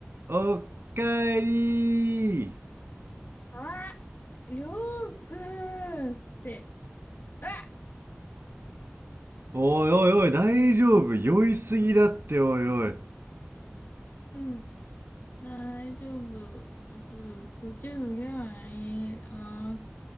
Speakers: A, on the right; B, on the left.
A: おかえりー。
B: あ、りょうくんって。あ、
A: おいおいおい、大丈夫。酔いすぎだって、おいおい。
B: うん。大丈夫。ちょっと、口脱げないい。ああ、